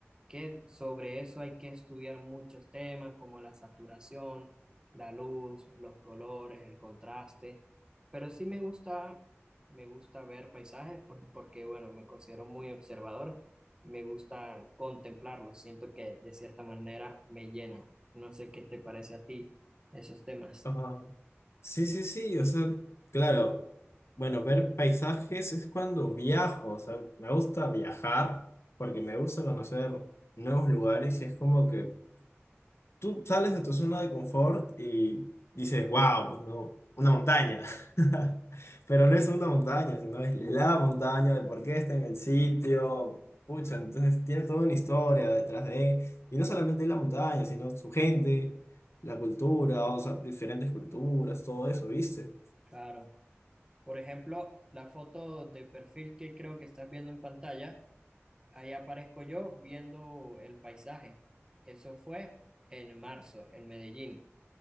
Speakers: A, on the right (about 15°); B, on the left (about 70°).
A: que sobre eso hay que estudiar muchos temas como la saturación, la luz, los colores, el contraste, pero sí me gusta, me gusta ver paisajes por- porque, bueno, me considero muy observador y me gusta contemplarlos. Siento que de cierta manera me llena. No sé qué te parece a ti esos temas.
B: Ajá. Sí, sí, sí, o sea, claro, bueno, ver paisajes es cuando viajo, o sea, me gusta viajar porque me gusta conocer nuevos lugares y es como que tú sales de tu zona de confort y dices, wow, pues no, una montaña, <laughs> pero no es una montaña, sino es la montaña, de por qué está en el sitio, pucha, entonces tiene toda una historia detrás de, y no solamente la montaña, sino su gente, la cultura, o sea, diferentes culturas, todo eso, ¿viste?
A: Claro. Por ejemplo, la foto de perfil que creo que estás viendo en pantalla, ahí aparezco yo viendo el paisaje. Eso fue en marzo, en Medellín.